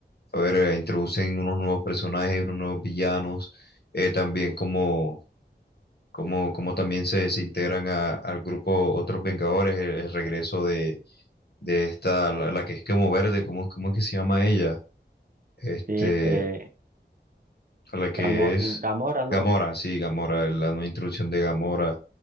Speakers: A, on the left (about 60°); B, on the right (about 50°).
A: a ver, eh, introducen unos nuevos personajes, unos nuevos villanos, eh, también como, como, como también se, se integran a- al grupo Otros Vengadores, el, el regreso de, de esta, la, la que es como verde, ¿cómo, cómo es que se llama ella? Este,
B: Sí, este,
A: a la que
B: Gamo-
A: es
B: Gamora,
A: Gamora,
B: no,
A: sí, Gamora, la nueva introducción de Gamora,